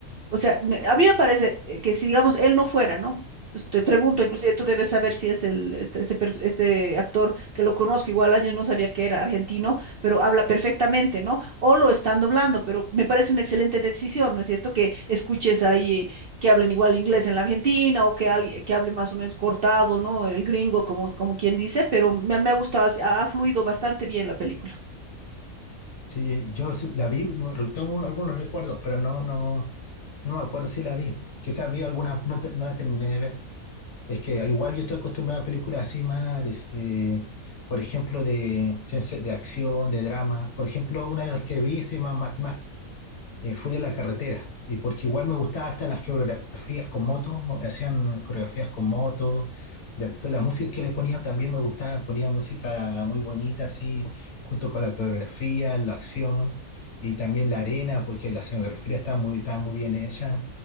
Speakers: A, on the right; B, on the left.
A: O sea, me- a mí me parece eh, que si, digamos, él no fuera, ¿no? Pues, Te pregunto, inclusive tú debes saber si es el, este, este, pers- este actor que lo conozco, igual años no sabía que era argentino, pero habla perfectamente, ¿no? O lo están doblando, pero me parece una excelente decisión, ¿no es cierto? Que escuches ahí eh, que hablen igual inglés en la Argentina o que, alguien, que hable más o menos cortado, ¿no? El gringo, como, como quien dice, pero me, me ha gustado, ha fluido bastante bien la película.
B: Sí, yo sí la vi, no- tengo algunos recuerdos, pero no, no, no me acuerdo si la vi. Quizás vi alguna, no, te- no la terminé de ver. Es que igual yo estoy acostumbrado a películas así más, de- eh, por ejemplo, de, ciencia- de acción, de drama. Por ejemplo, una de las que vi se llama Mad Max eh, fuera de la carretera, y porque igual me gustaba harta las coreografías con motos, mo- hacían coreografías con motos, después la música que le ponían también me gustaba, ponía música muy bonita así, junto con la coreografía, la acción, y también la arena, porque la escenografía estaba muy, estaba muy bien hecha,